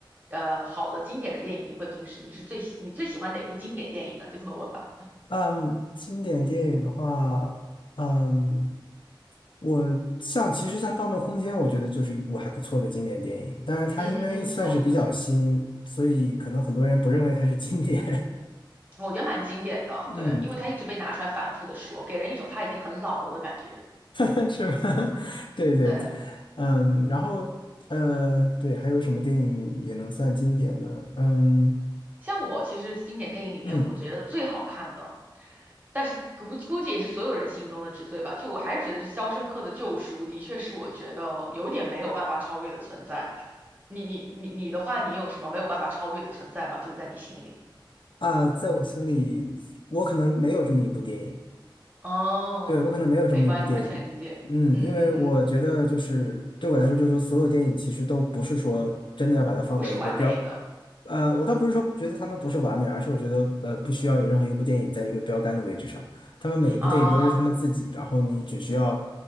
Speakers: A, on the right; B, on the left.
A: 呃好的经典的电影，你会平时你是最喜你最喜欢哪部经典电影呢？就这么问吧。
B: 嗯，经典电影的话，嗯，我像其实像《盗梦空间》，我觉得就是一部还不错的经典电影。但是它因为算是比较新，
A: 嗯嗯嗯，同意。
B: 所以可能很多人不认为它是经典。
A: 我觉得蛮经典的，
B: <laughs>
A: 对，
B: 嗯，
A: 因为他一直被拿出来反复的说，给人一种他已经很老了的感觉。
B: 但 <laughs> 是吧？<laughs> 对对，
A: 对。
B: 嗯，然后呃，对，还有什么电影也能算经典呢？嗯
A: 像我其实经典电影里面，
B: 嗯
A: 我觉得最好看的，但是估估计也是所有人心中的之最吧。就我还是觉得是《肖申克的救赎》，的确是我觉得有点没有办法超越的存在。你你你你的话，你有什么没有办法超越的存在吗？就是在你心里。
B: 啊，在我心里，我可能没有这么一部电影。
A: 哦，
B: 对，我可能没有这么一部电影，
A: 没关系，完全理解。
B: 嗯，
A: 嗯嗯嗯，
B: 因为我觉得就是对我来说，就是说所有电影其实都不是说真的要把它放在一个标，
A: 不是完美的
B: 呃，我倒不是说觉得他们不是完美，而是我觉得呃不需要有任何一部电影在一个标杆的位置上，他们每一部电影都是他们自己，
A: 啊。
B: 然后你只需要